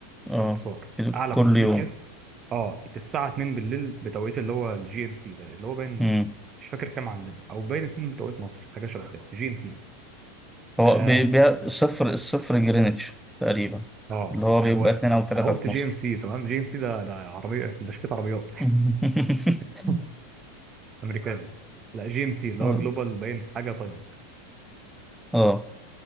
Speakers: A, in the centre; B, on the right.
A: اه
B: باختصار اعلى
A: كل
B: 500
A: يوم
B: قياس اه الساعه 2 بالليل بتوقيت اللي هو الجي ام سي ده اللي هو باين
A: امم
B: مش فاكر كام عندنا او باين 2 بتوقيت مصر حاجه شبه كده جي ام تي
A: هو
B: اه
A: بي- بي- الصفر الصفر جرينتش تقريبا
B: اه
A: اللي هو بيبقى
B: هو
A: اتنين او تلاته
B: انا قلت
A: في
B: جي
A: مصر
B: ام سي تمام جي ام سي ده ده عربيه <laughs> ده شركه عربيات
A: <laughs>
B: <laughs> امريكاني لا جي ام تي اللي
A: اه
B: هو جلوبال باين حاجه تايمنج
A: آه.